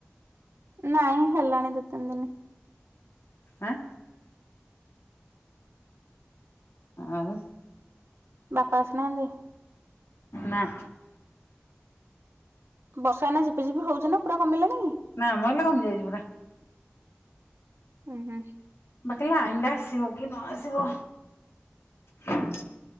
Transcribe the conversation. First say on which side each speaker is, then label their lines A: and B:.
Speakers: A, on the right; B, on the left.
A: ନାଇଁ ହେଲାଣି ଦି ତିନି ଦିନି।
B: ଆଁ? ଆଉ
A: ବାପା ଆସିନାହାନ୍ତି?
B: ନାଁ।
A: ବର୍ଷା ଏଇନା ଝିପିଝିପି ହଉଚି ନା ପୁରା କମିଲାଣି?
B: ନା ମ ଏଇନା କମି ଯାଇଚି ପୁରା।
A: ଉଁ ହୁଁ।
B: ବାକି ଲାଇନ୍ ଟା ଆସିବ କି ନ ଆସିବ। ହଁ